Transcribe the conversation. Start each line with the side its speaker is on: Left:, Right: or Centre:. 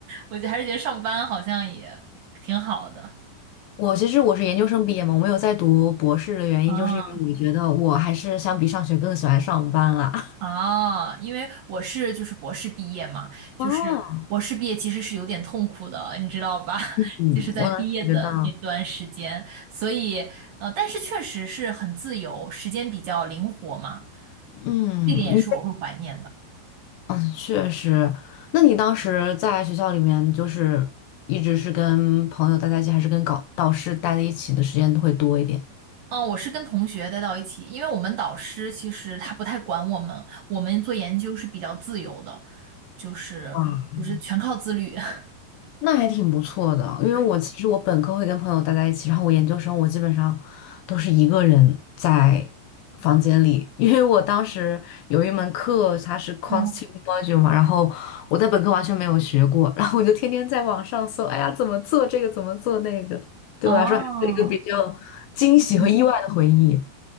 Right: 我就还是觉得上班好像也挺好的。
Left: 我其实我是研究生毕业嘛，我没有在读博士的原因，
Right: 啊。
Left: 就是因为我觉得我还是相比上学更喜欢上班啦。<laughs>
Right: 啊，因为我是就是博士毕业嘛，就是博士毕业其实是有点痛苦的，
Left: 哦，
Right: 你知道吧？<laughs>
Left: 嗯，
Right: 就是在毕业的那段时间，
Left: 我能感觉到。
Right: 所以呃，但是确实是很自由，时间比较灵活嘛，
Left: 嗯，
Right: 这点也是我会怀念的。
Left: 你。嗯，确实。那你当时在学校里面，就是一直是跟朋友待在一起，还是跟搞导师待在一起的时间会多一点？
Right: 嗯，我是跟同学待到一起，因为我们导师其实他不太管我们，我们做研究是比较自由的，就是就是全靠自律。
Left: 哇
Right: <laughs>
Left: 那还挺不错的，因为我其实我本科会跟朋友待在一起，
Right: 对，
Left: 然后我研究生我基本上都是一个人在房间里，<laughs> 因为我当时有一门课它是 quantitative
Right: 嗯，
Left: module 嘛，然后我在本科完全没有学过，然后我就天天在网上搜，哎呀怎么做这个怎么做那个，对我来说还是一个比较惊喜和意外的回忆。
Right: 哦，嗯